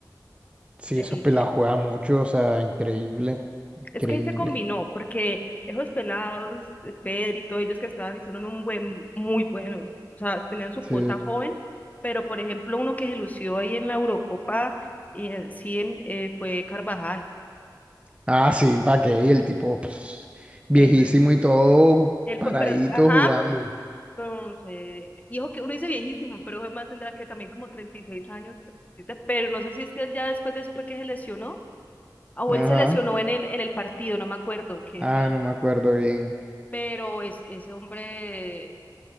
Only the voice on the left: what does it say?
el,
el,
Es que ahí se combinó, porque esos pelados, eh, Pedro y todos ellos que estaban, hicieron un buen, muy buenos. O sea, tenían su
cuota joven, pero por ejemplo, uno que se lució ahí en la Eurocopa, eh, sí, en, eh, fue Carvajal.
Eh, man,
él
fue, pero, él- ajá,
pues, eh, hijo que uno dice viejísimo, pero ese man tendrá que también como 36 años, 37, pero no sé si es que él ya después de eso fue que se lesionó, ah, o
él se lesionó en el, en el partido, no me acuerdo, que
él
pero es, ese hombre